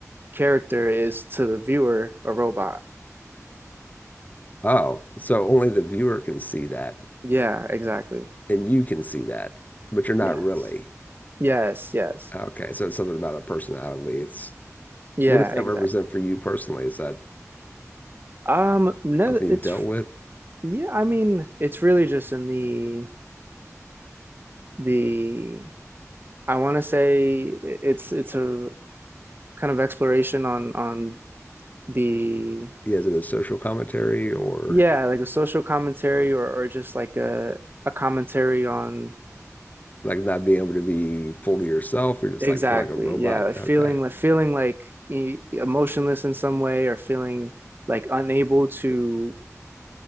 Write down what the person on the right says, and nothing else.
character is to the viewer a robot.
Yeah, exactly.
Yes.
Yes, yes.
Yeah,
exactly.
Um, no,
it's
yeah, I mean, it's really just in the the I want to say it's it's a kind of exploration on on the
yeah, like a social commentary or or just like a a commentary on
exactly.
Yeah, like feeling
like feeling like e- emotionless in some way or feeling like unable to